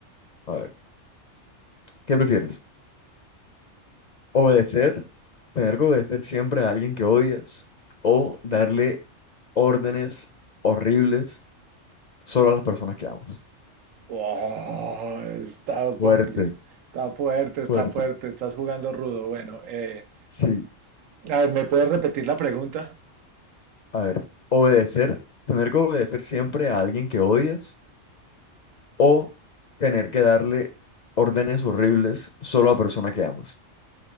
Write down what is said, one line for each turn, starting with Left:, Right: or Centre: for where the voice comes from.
Left: A ver. ¿Qué prefieres? ¿Obedecer? ¿Tener que obedecer siempre a alguien que odias? ¿O darle órdenes horribles solo a las personas que amas?
Right: Oh, está
Left: Fuerte,
Right: complicado. Está fuerte, está
Left: fuerte.
Right: fuerte. Estás jugando rudo. Bueno, eh,
Left: Sí,
Right: a ver, ¿me puedes repetir la pregunta?
Left: a ver, obedecer, tener que obedecer siempre a alguien que odias o tener que darle órdenes horribles solo a persona que amas.